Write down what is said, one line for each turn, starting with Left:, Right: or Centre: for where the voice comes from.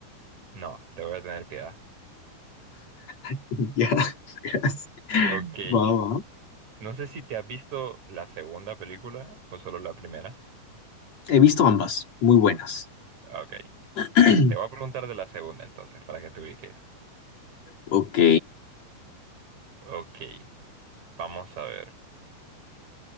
Right: No, te voy a tener piedad.
Left: <laughs> Ya, gracias.
Right: Ok.
Left: Va, va.
Right: No sé si te has visto la segunda película o solo la primera.
Left: He visto ambas, muy buenas.
Right: Ah, Ok.
Left: <clears throat>
Right: Te voy a preguntar de la segunda entonces, para que te ubiques.
Left: Ok.
Right: Ok. Vamos a ver.